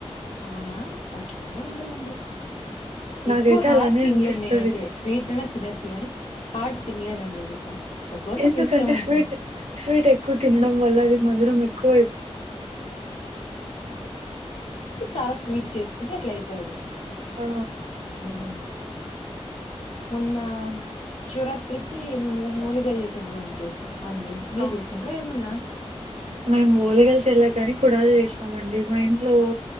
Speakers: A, on the left (about 75°); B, on the right (about 80°).
A: అవునా అట్లే ఉండదండి
B: నాకైతే
A: ఎక్కువ హార్ట్
B: అలానే
A: తినలేను
B: అనిపిస్తది.
A: నేనయితే స్వీట్ అనా తినొచ్చు గాని హార్ట్ తినలే ండి ఎందుకో ఒక్కొరికి
B: ఎందుకంటే
A: ఒక ఇష్టం ఉంటుంది
B: స్వీట్ స్వీట్ ఎక్కువ తినడం వల్ల అది మధరు ఎకువ
A: ఇ చాలా స్వీట్ చేసుకుంటే అట్ల అయితది
B: ఆ
A: ఉమ్. మొన్న శివరాత్రికి మేము హోలికలు చేసాం ఏమంటి అండి మీరు
B: ఆ!
A: చేసంటార ఏమన్నా
B: మేము ఓలిగాలు చేల్లే కానీ కుడాలు చేసినామ అండి మా ఇంట్లో